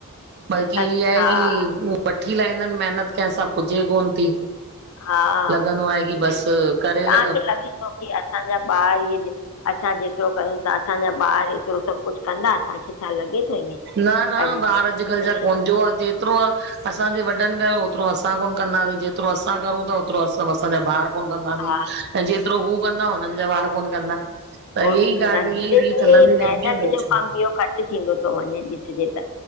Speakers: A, on the right (about 50°); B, on the left (about 65°).
A: बल्क़ी
B: हा
A: इअं आहे की वठी लाहींदानि महिनत कंहिंसां पुजे कोन थी।
B: हा,
A: लॻंदो आहे की बसि
B: तव्हांखे
A: करे ल
B: लॻे थो की असांजा ॿार इहे असांजे एतिरो कयूं था असांजा ॿार एतिरो सभु कुझु कंदा तव्हांखे छा लॻे थो ईअं?
A: न न
B: अॼु
A: ॿार अॼुकल्ह
B: न
A: जा कोन जो आहे जेतिरो आहे असांजे वॾनि कयो ओतिरो असां कोन कंदासीं, जेतिरो असां करुथा ओतिरो असांजा ॿार कोन कंदा
B: हा
A: ऐं जेतिरो हू कंदा हुननि जा ॿार कोन कंदा त
B: कोन
A: इहा ई
B: कन्दा,
A: ॻाल्हि
B: धीरे
A: ईअं ई रीत
B: धीरे
A: हलंदी
B: महिनत
A: रहंदी आहे ॿियो
B: जो
A: छा
B: कमु इहो घटि थींदो थो वञे ॾिसजे त